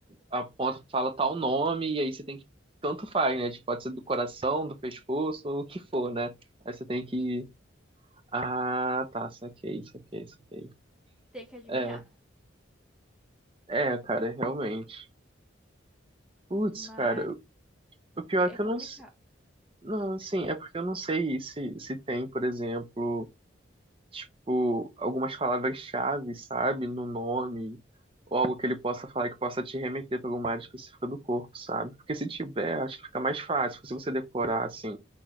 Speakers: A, on the right; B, in the centre.
A: aponta, fala tal nome, e aí você tem que. Tanto faz, né? Tipo, pode ser do coração, do pescoço, ou o que for, né? Aí você tem que.
B: E
A: Ah, tá, saquei, saquei, saquei.
B: ter que adivinhar.
A: É, é, cara, realmente. Putz,
B: Mas
A: cara, o pior é que
B: é complicado.
A: eu não. s- Não, assim, é porque eu não sei se, se tem, por exemplo, tipo, algumas palavras-chave, sabe? No nome, ou algo que ele possa falar que possa te remeter para alguma área específica do corpo, sabe? Porque se tiver, acho que fica mais fácil se você decorar, assim.